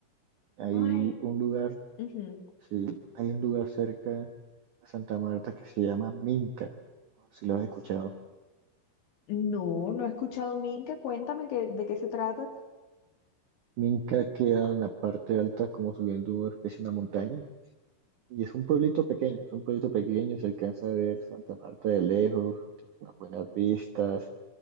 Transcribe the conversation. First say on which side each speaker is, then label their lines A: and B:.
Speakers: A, on the right; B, on the left.
A: Hay
B: Ay.
A: un lugar
B: Ujú.
A: Sí, hay un lugar cerca a Santa Marta que se llama Minca, si lo has escuchado.
B: No, no he escuchado Minca. Cuéntame que- de qué se trata.
A: Minca queda en la parte alta, como subiendo una especie de una montaña, y es un pueblito pequeño, es un pueblito pequeño, se alcanza a ver Santa Marta de lejos, tiene unas buenas vistas,